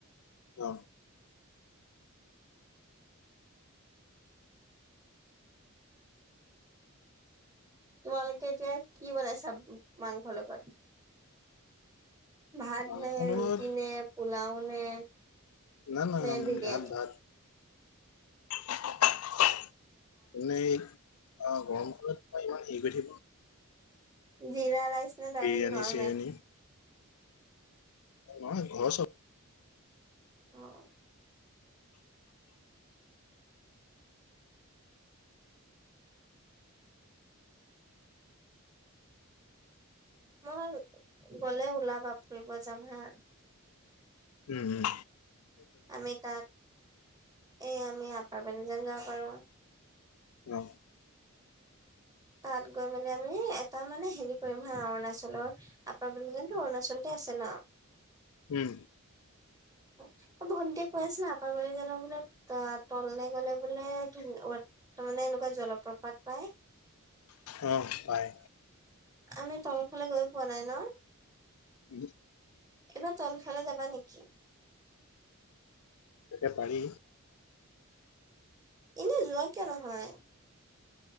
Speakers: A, on the left (about 80°); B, on the right (about 15°).
A: অ।
B: তোমালোকে এতিয়া কি বনাইছা মাংসৰ লগত? ভাত
A: মাংস
B: নে
A: লগত
B: ৰুটি নে পোলাও নে?
A: না, না
B: নে বিৰিয়ানী?
A: ভাত, ভাত। <unintelligible> অ গৰমখনত মই ইমান হেৰি কৰি থাকিব
B: জীৰা ৰাইচ নে ডাইৰেক্ট
A: বিৰিয়ানী
B: নৰ্মেল।
A: চিৰিয়ানী নহয় ঘৰৰ চাউল
B: অ। মই গ'লে উলাবা ফুৰিব যাম হা।
A: উম হুম।
B: আমি তাত এ আমি এপাৰ্টমেণ্ট এটা লব পাৰোঁ।
A: অ।
B: তাত গৈ মানে আমি এটা মানে হেৰি কৰিম হা অৰুণাচলৰ। <unintelligible> অৰুণাচলতে আছে না।
A: উম। <inaudible>
B: <unintelligible> কৈ আছে <unintelligible> ত'ললৈ গ'লে বোলে। <unintelligible> তাৰ মানে এনেকুৱা জলপ্ৰপাত পায়।
A: অ পায়।
B: আমি তল ফালে গৈ পোৱা নাই নহ।
A: <inaudible>
B: এইবাৰ তলফালে যাবা নেকি?
A: <unintelligible> পাৰি।
B: এনে যোৱা কিয় নহয়?